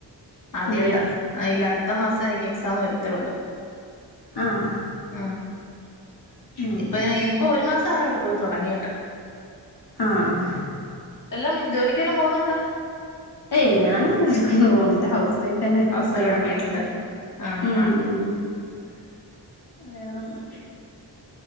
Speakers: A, on the left; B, on the left.
A: ആദ്യാട്ടാ
B: ഇല്ലേ
A: ഇല്ല അടത് അടുത്ത ത് മാസം എനിക്ക് എക്സാം വരത്തേ ഉള്ള്
B: ആഹ്
A: ആ
B: ആഹ് ഉം
A: ഇപ്പൊ ഞാ ഇനിപ്പോ ഒരു മാസ് സായോട് പോയി തുടങ്ങിട്ട്
B: ആ ആ
A: ല്ലം ജോലിക്കെല്ലാം പോകുന്നു ത്ത
B: ഏയ് ഞൻ ജോലിക്കൊന്നും പോണില്ല ഹൗസ് വൈഫ് എന്ന
A: ഹൗസ്
B: കുട്ടികളൊക്കെ
A: വൈഫ് ഇവിടെ വീട്ടിൽ
B: ആയിട്ട്
A: തന്നെ ആഹ്
B: ഉം
A: ആഹ്
B: ഉം ഉം വേറൊന്നുല്ല